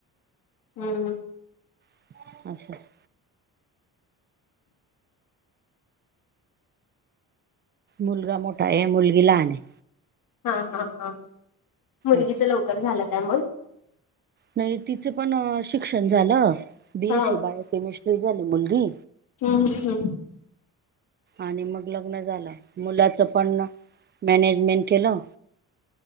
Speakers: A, on the left (about 80°); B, on the right (about 30°).
A: हम्म.
B: <inaudible> मुलगा मोठाय, मुलगी लहानय.
A: हा, हा, हा. मुलगीच
B: असं
A: लवकर झालं का, मग?
B: नाही, तिचं पण शिक्षण झालं. बी
A: हा
B: एस सी बायोकेमिस्ट्री झाली मुलगी.
A: हम्, हम, हम्.
B: आणि मग लग्न झालं. मुलाच पण, मॅनेजमेंट केलं.